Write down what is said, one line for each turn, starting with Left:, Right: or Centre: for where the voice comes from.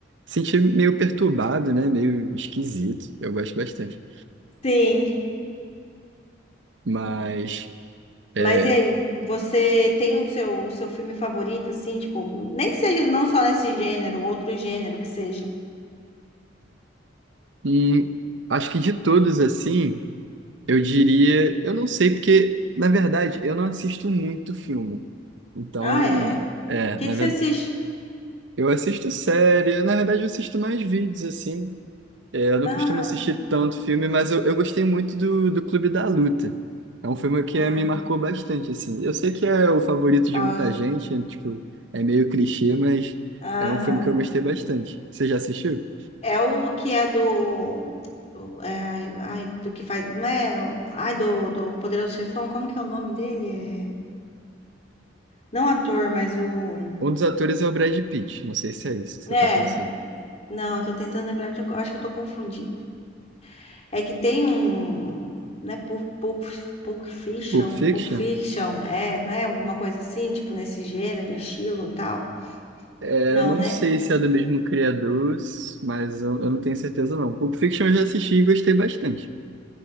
Right: Sentir meio perturbado, né? Meio esquisito. Eu gosto bastante.
Left: sim.
Right: Mas, é,
Left: Mas e aí, você tem o seu, o seu filme favorito, assim, tipo, nem que seja não só nesse gênero, outro gênero que seja.
Right: hum, acho que de todos, assim... Eu diria, eu não sei, porque, na verdade, eu não assisto muito filme. Então,
Left: Ah, é? O
Right: é,
Left: que
Right: na
Left: que
Right: verdade,
Left: você assiste?
Right: eu assisto série, na verdade, eu assisto mais vídeos, assim. É, eu não
Left: Ah,
Right: costumo assistir tanto filme, mas eu, eu gostei muito do, do Clube da Luta. É um filme que
Left: ah,
Right: eh, me marcou bastante, assim. Eu sei que é o favorito
Left: ah,
Right: de muita gente, é, tipo, é meio clichê, mas
Left: aham.
Right: é um filme que eu gostei bastante. Você já assistiu?
Left: É o que é do. do é, ai, ai, do que faz. Não é. Ai, do, do Poderoso Chefão, como que é o nome dele? É, não ator, mas o.
Right: Um dos atores é o Brad Pitt, não sei se é isso que você
Left: É,
Right: está pensando.
Left: não, eu tô tentando lembrar, de- eu acho que eu tô confundindo. É que tem um. Né, Pulp, Pulp, Pulp Fiction,
Right: Pulp Fiction?
Left: Pulp Fiction, é, né? Alguma coisa assim, tipo nesse gênero, estilo e tal.
Right: Eu
Left: Não,
Right: não
Left: né?
Right: sei se é do mesmo criador, mas eu, eu não tenho certeza não. Pulp Fiction eu já assisti e gostei bastante.